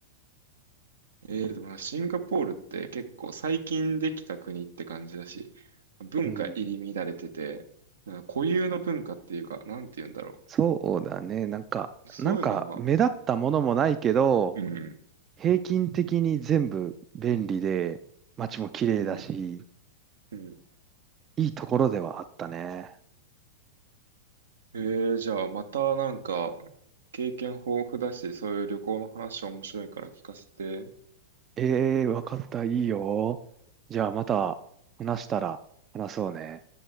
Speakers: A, on the right (about 70°); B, on the right (about 25°).
A: ええーでもなシンガポールって結構最近できた国って感じだし、文化入り乱れてて、
B: うん。
A: なんか固有の文化っていうか、なんて言うんだろ
B: そうだね。なんか、
A: う。そういうのは、
B: なんか目立ったものもないけど、
A: うん、
B: 平均的に全部便利で、街も綺麗だし、
A: うん、うん。
B: いいところではあったね。
A: ええー、じゃあまたなんか経験豊富だし、そういう旅行の話面白いから聞かせて。
B: ええー、わかった。いいよ。じゃあまた話したら話そうね。